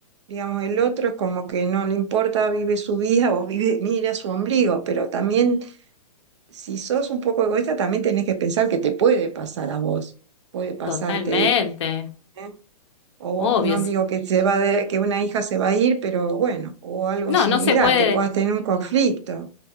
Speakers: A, on the right; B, on the left.
A: digamos, el otro es como que no le importa, vive su vida o vive, mira su ombligo, pero también, si sos un poco egoísta, también tenés que pensar que te puede pasar a vos, puede pasarte,
B: totalmente,
A: ¿eh? O
B: obvio.
A: no
B: sí.
A: digo que se va de- que una hija se va a ir, pero bueno, o algo
B: No,
A: similar,
B: no se puede,
A: que puedas tener un conflicto.